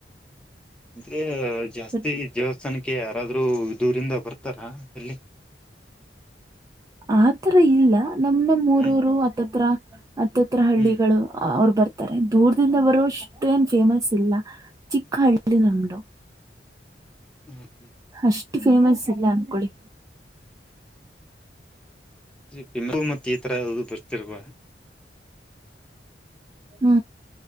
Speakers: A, in the centre; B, on the right.
A: ಅಂದ್ರೆ ಜಾಸ್ತಿ
B: ಬಟ್
A: ದೇವಸ್ಥಾನಕ್ಕೆ ಯಾರಾದ್ರೂ ದೂರಿಂದ ಬರ್ತಾರಾ ಇಲ್ಲಿ.
B: ಆತರ ಇಲ್ಲ ನಮ್ ನಮ್ಮ ಊರೋರು
A: ಹ್ಮ್
B: ಆತ್ತತ್ರ ಹತ್ತತ್ರ ಹಳ್ಳಿಗಳು
A: ಹ್ಮ್
B: ಅವ್ರ ಬರ್ ತ್ತಾರೆ ದೂರದಿಂದ ಬರುವಷ್ಟು ಏನ್ ಫೇಮಸ್ ಇಲ್ಲ ಚಿಕ್ಕ ಹಳ್ಳಿ ನಮ್ದು.
A: ಹ್ಮ್ ಹ್ಮ್
B: ಇಷ್ಟ ಫೇಮಸ್ ಇಲ್ಲ ಅನ್ಕೊಳ್ಳಿ.
A: <unintelligible> ಈ ತರ ಯಾದು ಬರ್ತಿರುವ
B: ಹ್ಮ್